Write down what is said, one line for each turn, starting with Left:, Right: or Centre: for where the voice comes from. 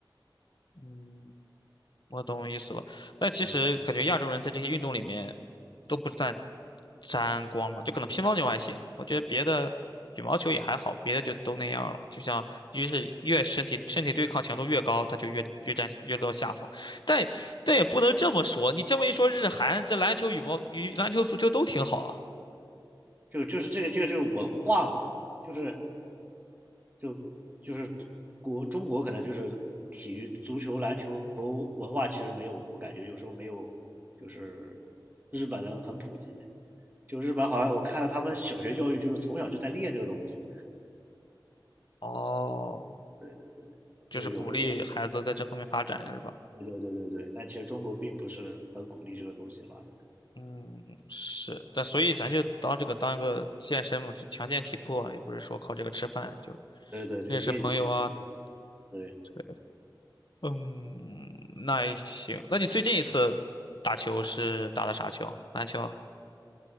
Left: 嗯。我懂意思了。但其实感觉亚洲人在这些运动里面
Right: 嗯，
Left: 都不占沾光吧，就可能乒乓球还行，我觉得别的羽毛球也还好，别的就都那样了。就像越是越身体身体对抗强度越高，他就越越占越落下风。但但也不能这么说，你这么一说，日韩这篮球、羽毛、羽篮球、足球都挺好啊。
Right: 就就是这个这个就是文化嘛，就是就就是国中国可能就是体育、足球、篮球文化其实没有，我感觉有时候没有就是日本的很普及。就日本好像我看到他们小学教育就是从小就在练这个东西，
Left: 哦，
Right: 对对，
Left: 就是鼓励孩子在这方面发展是吧？
Right: 就是有个对对对对对。但其实中国并不是很鼓励这个东西发展，
Left: 嗯，是，但所以咱就当这个当一个健身嘛，就强健体魄啊，也不是说靠这个吃饭，就
Right: 对对，就业余嘛，
Left: 认识朋友啊
Right: 对，
Left: 之类的。嗯，那也行。那你最近一次打球是打的啥球？篮球